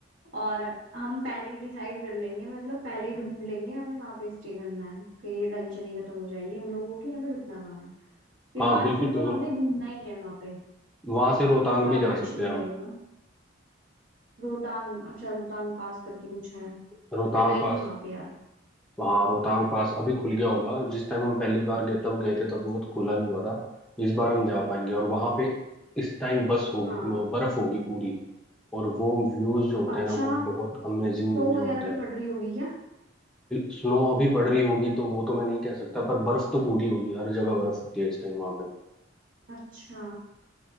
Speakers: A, on the right; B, in the centre.
A: और हम पहले ही डिसाइड कर लेंगे मतलब पहले ही ढूंढ लेंगे हमें कहाँ पे स्टे करना है फिर ये टेंशन ही खत्म हो जाएगी हम लोगों की हमें रुकना कहाँ है उसके
B: हाँ
A: बाद
B: बिल्कुल
A: फिर
B: बिल्कुल
A: तो हमने घूमना ही है वहां पे
B: वहां से रोहतांग
A: ये बात
B: भी जा
A: कुछ
B: सकते
A: नहीं
B: हैं
A: रहेगा
B: हम
A: रोहतांग अच्छा रोहतांग पास करके कुछ है
B: रोहतांग
A: मैं गई
B: पास
A: नहीं वहां पे यार
B: वहाँ रोहतांग पास अभी खुल गया होगा जिस टाइम हम पहली बार गए तब गए थे तब वो तो खुला नहीं हुआ था इस बार हम जा पाएंगे और वहाँ पे इस टाइम बस होगी
A: हाँ
B: वो बर्फ होगी पूरी और वो व्यूज जो होते
A: अच्छा
B: हैं ना वो बहुत अमेजिंग
A: स्नो
B: व्यू
A: वगैरह
B: होते हैं
A: भी पड़ रही होगी क्या
B: स्नो अभी पड़ रही होगी तो वो तो मैं नहीं कह सकता पर बर्फ तो पूरी होगी हर जगह बर्फ होती है इस टाइम वहाँ पे
A: अच्छा